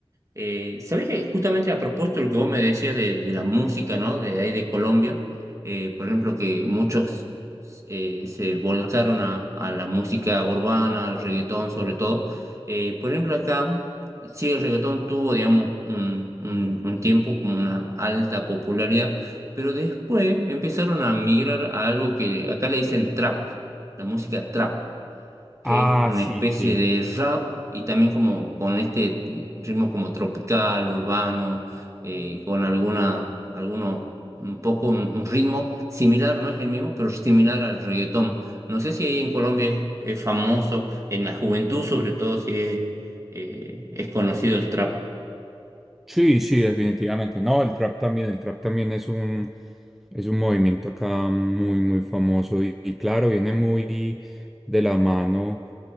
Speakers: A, on the right (about 30°); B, in the centre.
A: eh, ¿sabés que justamente a propósito de lo que vos me decías de, de la música, ¿no? De ahí de Colombia, eh, por ejemplo, que muchos eh, se volcaron a, a la música urbana, al reggaetón sobre todo. Eh, por ejemplo, acá, sí, el reggaetón tuvo, digamos, un, un- un tiempo como una alta popularidad, pero después empezaron a migrar a algo que acá le dicen trap, la música trap que
B: Ah,
A: es una
B: sí,
A: especie
B: sí.
A: de rap y también como con este ritmo como tropical, urbano, eh, con alguna, alguno, un poco un, un ritmo similar, no es el mismo, pero similar al reggaetón. No sé si ahí en Colombia es, es famoso, en la juventud sobre todo si es, eh, es conocido el trap.
B: Sí, sí, definitivamente. No, el trap también, el trap también es un, es un movimiento acá muy, muy famoso y, y claro, viene muy de la mano